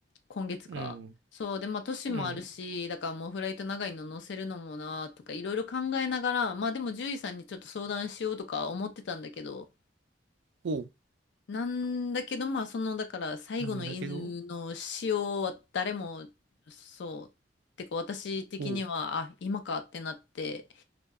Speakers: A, on the left; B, on the right.
A: 今月か。
B: うん、
A: そうでまあ年もあるしだからもうフライト長いの乗せるのもなとかいろいろ考えながらまあでも獣医さんにちょっと相談しようとか思ってたんだけど
B: うん、おう、
A: なんだけど、まあ、その、だから、最後の犬の死をは誰も、
B: なんだけど、
A: そう、てか、私的には、
B: おう、
A: あ、今かってなって、